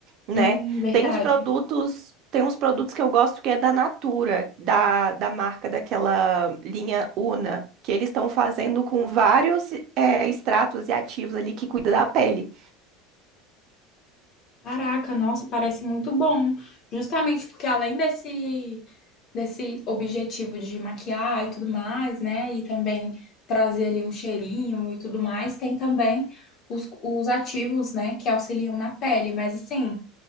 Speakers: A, on the right (about 45°); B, on the left (about 35°).
A: né?
B: Hum, verdade.
A: Tem uns produtos, tem uns produtos que eu gosto que é da Natura, da, da marca daquela linha Una, que eles estão fazendo com vários eh, extratos e ativos ali que cuida da pele.
B: Caraca, nossa, parece muito bom. Justamente porque além desse, desse objetivo de maquiar e tudo mais, né? E também trazer ali um cheirinho e tudo mais, tem também os, os ativos, né, que auxiliam na pele. Mas assim,